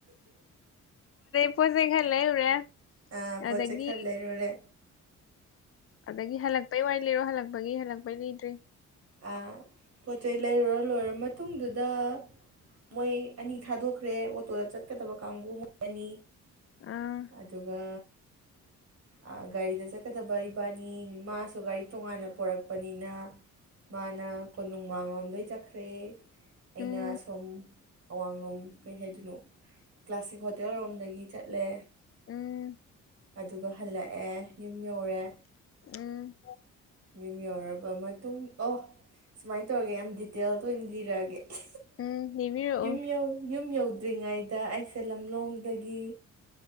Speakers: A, on the left; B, on the right.
A: ꯄꯣꯠ ꯆꯩ ꯈꯔ ꯂꯩꯔꯨꯔꯦ
B: ꯑ ꯄꯣꯠ
A: ꯑꯗꯒꯤ
B: ꯆꯩ ꯈꯔ ꯂꯩꯔꯨꯔꯦ
A: ꯑꯗꯒꯤ ꯍꯜꯂꯛꯄꯩ ꯋꯥꯔꯤ ꯂꯤꯔꯣ ꯍꯜꯂꯛꯄꯒꯤ ꯍꯜꯂꯛꯄꯩ ꯂꯤꯗ꯭ꯔꯤ
B: ꯑꯥ ꯄꯣꯠ ꯆꯩ ꯂꯩꯔꯨꯔ ꯂꯣꯏꯔ ꯃꯇꯨꯡꯗꯨꯗꯥ ꯃꯣꯏ ꯑꯅꯤ ꯊꯥꯗꯣꯛꯈ꯭ꯔꯦ ꯑꯣꯇꯣꯗ ꯆꯠꯀꯗꯕ ꯀꯥꯡꯕꯨ ꯃꯣꯏ ꯑꯅꯤ
A: ꯑꯥ
B: ꯑꯗꯨꯒ ꯑ ꯒꯥꯔꯤꯗ ꯆꯠꯀꯗꯕ ꯏꯕꯥꯏꯅꯤ ꯃꯥꯁꯨ ꯒꯥꯔꯤ ꯇꯣꯡꯉꯥꯟꯅ ꯄꯣꯔꯛꯄꯅꯤꯅ ꯃꯥꯅ ꯀꯣꯅꯨꯡꯃꯥꯡꯔꯣꯝꯗꯩ ꯆꯠꯈ꯭ꯔꯦ ꯑꯩꯅ
A: ꯎꯝ
B: ꯁꯨꯝ ꯑꯋꯥꯡꯂꯣꯝ ꯀꯩ ꯍꯥꯏꯗꯣꯏꯅꯣ ꯀ꯭ꯂꯥꯁꯤꯛ ꯍꯣꯇꯦꯜ ꯔꯣꯝꯗꯒꯤ ꯆꯠꯂꯦ
A: ꯎꯝ
B: ꯑꯗꯨꯒ ꯍꯜꯂꯛꯑꯦ ꯌꯨꯝ ꯌꯧꯔꯦ
A: ꯎꯝ ꯎꯝ
B: ꯌꯨꯝ ꯌꯧꯔꯕ ꯃꯇꯨꯡ ꯑꯣ ꯁꯨꯃꯥꯏꯅ ꯇꯧꯔꯒꯦ ꯌꯥꯝ ꯗꯤꯇꯦꯜꯗ ꯑꯣꯏꯅ ꯂꯤꯔꯛꯑꯒꯦ
A: ꯎꯝ ꯂꯤꯕꯤꯔꯛꯑꯣ
B: ꯌꯨꯝ ꯌꯧ ꯌꯨꯝ ꯌꯧꯗ꯭ꯔꯤꯉꯩꯗ ꯑꯩꯁꯦ ꯂꯝꯂꯣꯡꯗꯒꯤ